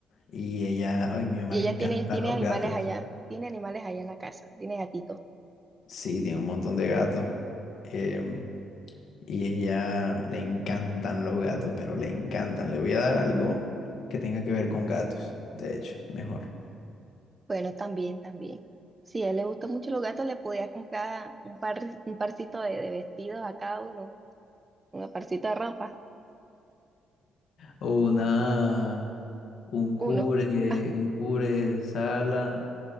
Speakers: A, on the left; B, on the right.
A: Y ella, ay, mi mamá
B: Y
A: le
B: ella
A: encantan
B: tiene, tiene
A: los
B: animales
A: gatos.
B: allá, tiene animales allá en la casa, tiene gatitos.
A: Sí, tiene un montón de gatos. Em, Y ella le encantan los gatos, pero le encantan. Le voy a dar algo que tenga que ver con gatos, de hecho, mejor.
B: Bueno, también, también. Si a él le gustan mucho los gatos, le podías comprar un par, un parcito de, de vestidos a cada uno, un parcito de ropa,
A: O una, un cubre,
B: uno. Ah,
A: un cubre sala